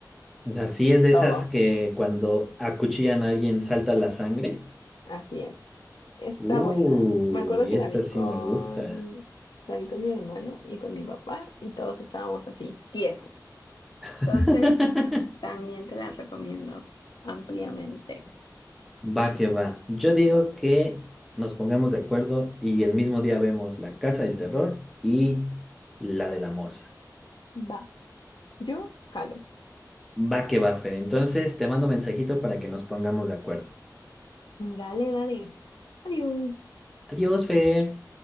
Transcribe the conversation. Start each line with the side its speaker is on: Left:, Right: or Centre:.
Centre: O sea, sí es de
Left: todo.
Centre: esas que cuando acuchillan a alguien salta la sangre.
Left: Así es. Está
Centre: Uh,
Left: buena. Me acuerdo
Centre: y
Left: que la
Centre: esta
Left: vi
Centre: sí
Left: con
Centre: me gusta.
Left: la vi con mi hermano y con mi papá y todos estábamos así, tiesos.
Centre: <laughs>
Left: Entonces, también te la recomiendo ampliamente.
Centre: Va que va. Yo digo que nos pongamos de acuerdo y el mismo día vemos La Casa del Terror y la de la Morsa.
Left: Va. Yo jalo.
Centre: Va que va, Fer. Entonces te mando mensajito para que nos pongamos de acuerdo.
Left: Dale, dale. Adiós.
Centre: Adiós, Fer.